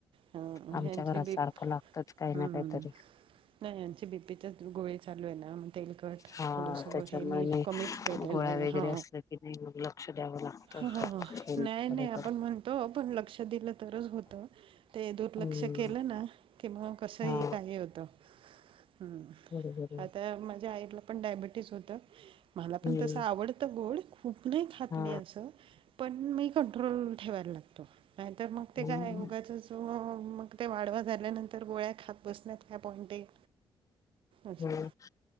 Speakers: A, on the right; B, on the left.
A: अ
B: आमच्या
A: यांची
B: घरात
A: बी
B: सारखं लागतच काही
A: अह
B: ना काहीतरी
A: नाय यांची बीपीचाच गोळी चालू एना, मग तेलकट
B: हा
A: थोडंसं
B: त्याच्यामुळे
A: हे मीठ.
B: नाही
A: कमीच केलेलये
B: गोळ्या वगैरे
A: हा
B: असल्या की नाही मग लक्ष द्यावं लागतं
A: हा हा <unintelligible>
B: हेल्थकडे
A: नाय नाय आपण
B: पण.
A: म्ह तो पण लक्ष दिलं तरच होत, ते दुर्लक्ष
B: हम्म
A: केलं ना. कि मग कसंही
B: हा
A: काही होतं. हम्म
B: बरोबर आहे.
A: आता माझ्या आईला पण डायबिटीस होतं. मला
B: हम्म
A: पण तसं आवडतं गोड, खूप नाही खात
B: हा
A: मी असं. पण मी कंट्रोल ठेवायला लागतो. नाहीतर मग ते
B: हम्म
A: काय उगाचंच <unintelligible> मग ते वाडवा झाल्यानंतर गोळ्या खात बसण्यात का पॉइंटे ये असं.
B: हम्म